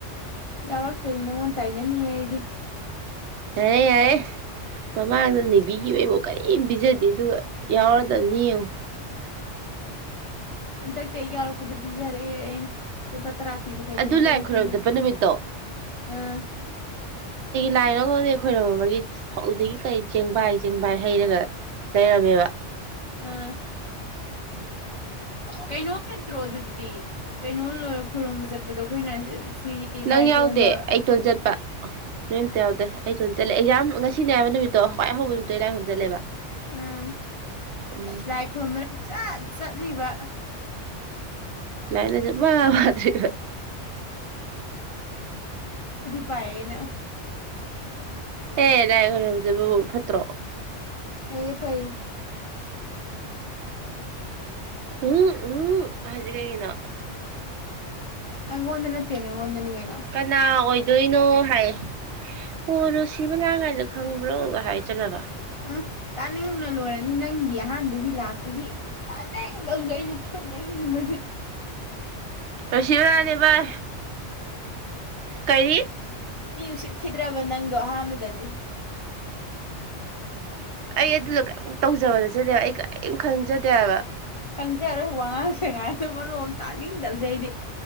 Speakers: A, on the left; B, on the right.
A: ꯌꯥꯎꯔꯛꯇꯅꯤ ꯅꯪꯉꯣꯟ ꯇꯥꯏꯅꯅꯤꯡꯌꯦ ꯑꯩꯗꯤ
B: ꯌꯥꯔꯦ ꯌꯥꯔꯦ ꯃꯃꯥꯡꯗ ꯅꯅꯤꯕꯤꯒꯤꯩꯕꯨꯣ ꯀꯔꯤꯝ ꯄꯤꯖꯗꯦ ꯑꯗꯨꯒ ꯌꯥꯎꯔꯗꯕꯅꯤ ꯌꯦꯡꯉ
A: ꯍꯟꯗꯛꯇꯤ ꯑꯩ ꯌꯥꯎꯔꯛꯄꯗ ꯄꯤꯖꯔꯛꯑꯦ ꯑꯩꯅ ꯇꯔꯥ ꯄꯤꯕ ꯀꯩꯅꯣꯝ
B: ꯑꯗꯨ
A: ꯁ
B: ꯂꯥꯏ
A: ꯑ
B: ꯈꯨꯔꯨꯝ
A: ꯄꯤꯔꯦ
B: ꯆꯠꯄ ꯅꯨꯃꯤꯠꯇꯣ
A: ꯑꯥ
B: ꯂꯥꯏꯔꯒꯗꯤ ꯑꯩꯈꯣꯏꯔꯣ ꯑꯃꯒꯤ ꯐꯧꯗꯒꯤ ꯀꯔꯤ ꯆꯦꯡꯚꯥꯏ ꯆꯦꯡꯚꯥꯏ ꯍꯩꯔꯒ ꯂꯩꯔꯝꯃꯦꯕ
A: ꯑ ꯀꯩꯅꯣ ꯅꯠꯇ꯭ꯔꯣ ꯑꯗꯨꯗꯤ ꯀꯩꯅꯣ ꯂꯣꯏꯔ ꯈꯨꯔꯨꯝꯕ ꯆꯠꯄ ꯗꯣ ꯑꯩꯈꯣꯏꯅ ꯁꯤꯒꯤ
B: ꯅꯪ
A: ꯂꯥꯏ
B: ꯌꯥꯎꯗꯦ
A: ꯈꯨꯔꯨꯝꯕ
B: ꯑꯩꯇꯣꯟ ꯆꯠꯄ ꯅꯣꯏ ꯑꯝꯇ ꯌꯥꯎꯗꯦ ꯑꯩꯁꯨ ꯑꯗꯨꯝ ꯆꯠꯂꯦ ꯑꯦꯛꯖꯥꯝ ꯉꯁꯤꯅꯦ ꯑꯕ ꯅꯨꯃꯤꯠꯇꯣ ꯍꯋꯥꯏ ꯍꯧꯕ ꯅꯨꯃꯤꯠꯇ ꯑꯩ ꯏ ꯂꯥꯏꯣꯝ ꯆꯠꯂꯦꯕ
A: ꯎꯝ
B: ꯎꯝ
A: ꯂꯥꯏꯛ ꯍꯃ ꯆꯠ ꯆꯠꯂꯤꯕ
B: ꯂꯥꯏ ꯂꯖ ꯋꯥ ꯃꯥꯗꯔꯤ
A: ꯄꯑꯅ
B: ꯑꯦ ꯂꯥꯏ ꯈ ꯍꯧꯖꯕꯕꯨ ꯐꯠꯇ꯭ꯔꯣ
A: ꯄꯩꯌꯦ ꯄꯩ
B: ꯎꯝ ꯎꯝ ꯍꯥꯏꯖꯤꯒꯒꯤꯅ
A: ꯑꯪꯣꯟꯗ ꯅꯠꯇꯦꯅꯪꯣꯟꯗꯅꯤ ꯀ
B: ꯀꯅꯥ ꯑꯣꯏ ꯑꯗꯨꯣꯏꯅꯣ ꯍꯥꯏ ꯑꯣꯔꯣ ꯁꯤꯕ ꯂꯥꯡ ꯀꯥꯏꯗ ꯈꯪꯕ꯭ꯔꯣ ꯍꯥꯏ ꯆꯠꯂꯕ
A: ꯎꯝ ꯇꯥꯅꯤꯡꯅ ꯂꯣꯏꯔꯅꯤ ꯅꯪ ꯑꯍꯥꯟꯕꯒꯤ ꯂꯥꯛꯄꯒꯤ ꯇ ꯅ ꯅꯧ ꯐꯦꯛꯤꯡꯕꯕꯁꯤ
B: ꯔꯁꯤꯕ ꯔꯅꯦ ꯚꯥꯏ ꯀꯔꯤ
A: ꯃꯤ ꯎꯁꯤꯠꯈꯤꯗ꯭ꯔꯕ ꯅꯪ ꯑꯥꯟꯕꯗꯗꯤ
B: ꯑꯩ ꯑꯗꯨꯗ ꯀꯔꯤꯝ ꯇꯧꯖꯕ ꯅꯠꯆꯗꯦꯕ ꯑꯩ ꯀꯔꯤꯝ ꯈꯪꯖꯗꯦꯕ
A: ꯆꯪꯖꯔꯣꯏ ꯋꯥꯉꯥꯡ ꯁꯦꯉꯅ ꯃꯔꯣꯝ ꯇꯥ ꯅꯤꯡꯗꯧꯁꯦ ꯑꯩꯗꯤ